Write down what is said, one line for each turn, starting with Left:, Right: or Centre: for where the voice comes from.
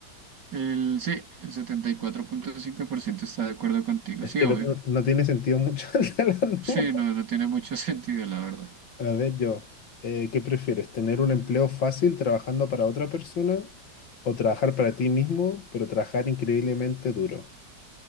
Right: El, sí, el setenta y cuatro punto cinco por ciento está de acuerdo contigo.
Left: Es
Right: Sí,
Left: que
Right: obvio.
Left: el otro no tiene sentido mucho <laughs> el de las
Right: Sí,
Left: nubes.
Right: no, no tiene mucho <laughs> sentido, la verdad.
Left: A ver, yo, eh, ¿qué prefieres? ¿Tener un empleo fácil trabajando para otra persona o trabajar para ti mismo, pero trabajar increíblemente duro?